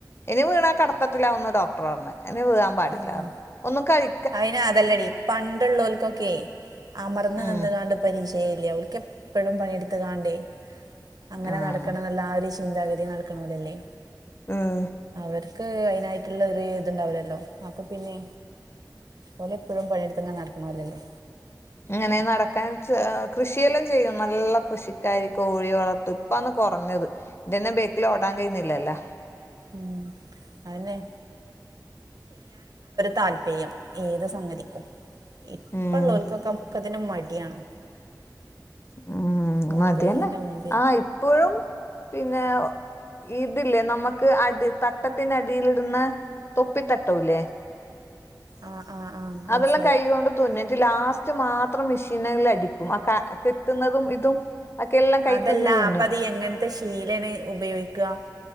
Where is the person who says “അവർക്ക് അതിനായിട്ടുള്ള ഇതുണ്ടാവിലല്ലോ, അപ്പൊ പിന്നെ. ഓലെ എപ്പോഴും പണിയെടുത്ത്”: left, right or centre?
Right